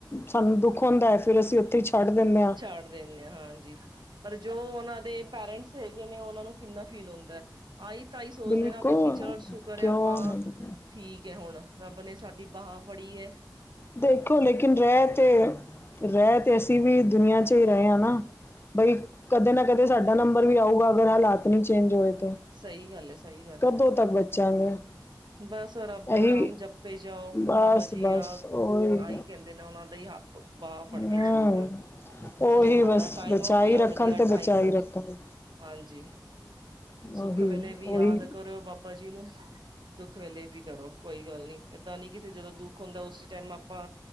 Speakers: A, on the left (about 30°); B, on the right (about 80°).
A: ਸਾਨੂੰ ਦੁੱਖ ਹੁੰਦਾ ਐ ਫਿਰ ਅਸੀ ਓਥੇ ਈ ਛੋ ਛੱਡ ਦਿਨੇਂ ਆਂ।
B: ਛੱਡ ਦੇਨੇ ਆਂ। ਹਾਂਜੀ, ਪਰ ਜੋ ਓਨਾਂ ਦੇ ਪੇਰੈਂਟਸ ਹੈਗੇ ਨੇ ਓਨਾਂ ਨੂੰ ਕਿੰਨਾ ਫੀਲ ਹੁੰਦਾ ਐ। ਆਈ ਤਾਂਈ ਸੋਚਦੇ
A: ਬਿਲਕੁਲ
B: ਨਾ ਆਪਾਂ ਕਿ ਚਲੋ ਸ਼ੁਕਰ
A: ਕਿਉਂ
B: ਐ ਆਪਾਂ
A: ਨਹੀਂ
B: ਠੀਕ ਐ ਹੁਣ ਰੱਬ ਨੇ ਸਾਡੀ ਬਾਹ ਫੜੀ ਐ।
A: ਦੇਖੋ ਲੇਕਿਨ ਰੈਤ ਤੇ ਰੈ ਤੇ ਅਸੀ ਵੀ ਦੁਨੀਆਂ ਚ ਈ ਰਏ ਆਂ ਨਾ ਬਈ ਕਦੇ ਨਾ ਕਦੇ ਸਾਡਾ ਨੰਬਰ ਵੀ ਆਊਗਾ ਅਗਰ ਹਾਲਾਤ ਨੀ ਚੇਂਜ ਹੋਏ ਤੇ।
B: ਸਹੀ ਗੱਲ ਹੈ ਸਹੀ ਗੱਲ
A: ਕਦੋਂ
B: ਹੈ
A: ਤੱਕ ਬਚਾਂਗੇ?
B: ਬਸ ਅ ਰੱਬ ਦਾ
A: ਇਹੀ
B: ਨਾਮ ਜਪ ਜਪੇ ਜਾਓ।
A: ਬਸ
B: ਬਾਬਾ ਜੀ
A: ਬਸ
B: ਆ
A: ਉਹੀ
B: ਆਈ ਕੈਂਦੇ ਨੇ ਓਨਾਂ ਦਾ ਈ ਹਬ ਬਾਹ ਫੜ
A: ਹਮ
B: ਕੇ ਚੱਲੀ ਜਾਓ।
A: ਉਹੀ
B: ਚਾਹੇ ਮਾੜਾ
A: ਬਸ
B: ਟਾਈਮ
A: ਬਚਾ
B: ਹੋ ਯਾ
A: ਹੀ ਰੱਖਣ
B: ਵਧੀਆ
A: ਅਤੇ
B: ਟਾਈਮ
A: ਬਚਾ
B: ਹੋ
A: ਹੀ ਰੱਖਣ
B: ਹਾਂਜੀ। ਸੁੱਖ
A: ਉਹੀ
B: ਵੇਲੇ ਵੀ
A: ਉਹੀ
B: ਯਾਦ ਕਰੋ ਬਾਬਾ ਜੀ ਨੂੰ। ਦੁੱਖ ਵੇਲੇ ਵੀ ਕਰੋ। ਕੋਈ ਗੱਲ ਨੀ। ਏਦਾਂ ਨੀ ਕਿਸੇ ਜਦੋਂ ਦੁੱਖ ਹੁੰਦਾ ਉਸੀ ਟੈਮ ਆਪਾਂ